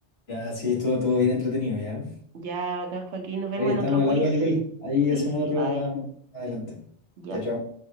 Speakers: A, on the left; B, on the right.
A: Ya, sí, estuvo todo bien entretenido, ya.
B: Ya, acá, Joaquín, nos vemos
A: Oye,
B: en
A: estamos
B: otro
A: al
B: quiz.
A: habla, Nicole. Ahí
B: Sí,
A: hacemos otro,
B: bye.
A: va, adelante.
B: Ya.
A: Chao, chao.